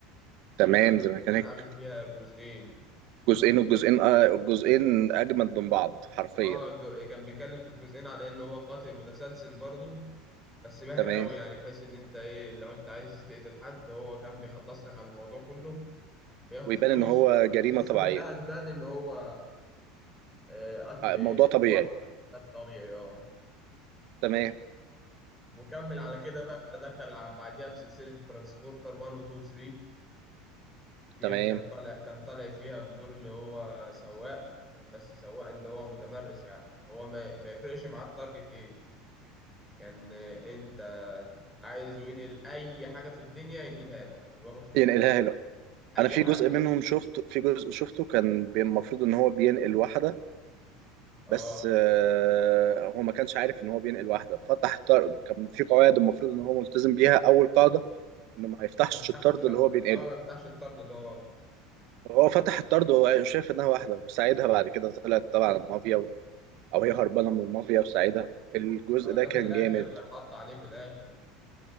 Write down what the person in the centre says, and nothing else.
كان عامل
كان عامل فيها جزئين
اه ج... كان بيتكلم في الجزئين على انه هو قاتل متسلسل برضه بس ماهر
قوي يعني بحيث ان انت ايه لو انت عايز تقتل حد هو كان بيخلص لك على الموضوع كله بياخد
فلوس
والقصة
كلها تبان ان هو آه، قتل
لوحده قتل طبيعي اه
وكمل على كده بقى دخل ع- بعديها في سلسلة ترانسبورتر 1 و 2 و 3 ديت
كان طالع كان طالع فيها بدور اللي هو سواق بس سواق اللي هو متمرس يعني هو ما, ما يفرقش معاه التارجت ايه كان آه، انت عايز ينقل اي حاجة في الدنيا ينقلها لك وياخد فلوس
اي
حاجة
اه
ما يفتحش
الشنطة
اه ما يفتحش الطرد اللي هو واخده
آه،
ده
في الاخر
حط عليه في الاخر